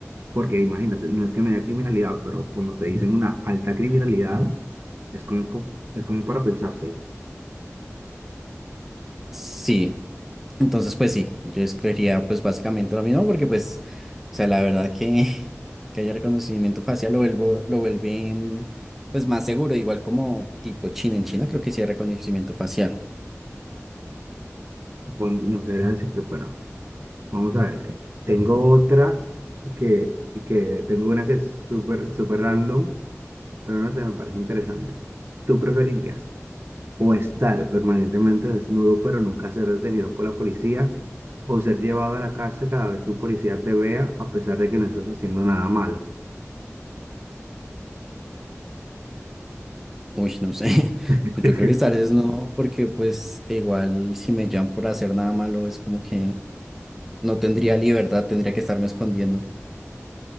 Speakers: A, on the right (about 50°); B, in the centre.
A: Porque imagínate, no es que no haya criminalidad, pero cuando te dicen una alta criminalidad, Es como, co- es como para pensárselo.
B: sí, entonces pues sí, yo escogería pues básicamente lo mismo porque pues, o sea, la verdad que, <laughs> que haya reconocimiento facial lo vuelvo, lo vuelve mm, pues más seguro, igual como tipo China, en China creo que sí hay reconocimiento facial.
A: Bueno, no sabría decirte, pero vamos a ver. eh, Tengo otra que, que tengo una que es súper, súper random, pero no sé, me parece interesante. ¿Tú preferirías o estar permanentemente desnudo, pero nunca ser detenido por la policía, o ser llevado a la cárcel cada vez que un policía te vea, a pesar de que no estás haciendo nada malo?
B: Uy, no sé, <laughs>
A: <laughs>
B: pues yo creo que tal vez no, porque pues igual si me llaman por hacer nada malo es como que... No tendría libertad, tendría que estarme escondiendo.